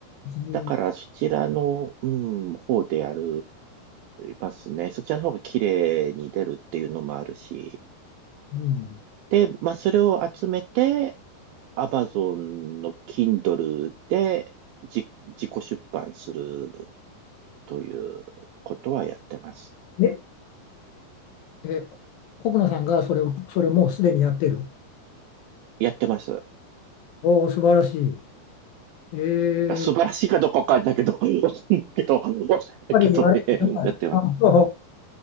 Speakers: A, on the left; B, on the right.
A: 別
B: だからそちらの、うん、方でやりますね。そちらの方が綺麗に出るっていうのもあるし。
A: うん
B: で、まあそれを集めて、Amazon の Kindle でじ自己出版するということはやってます。
A: え、え、国野さんがそれを、それもうすでにやってる。
B: やってます。
A: おお、素晴らしい。えー、
B: 素晴らしいかどうかわかんないけど、
A: やっ
B: <laughs> けど、だけどね、
A: ぱりあれ、はいあ
B: やってます。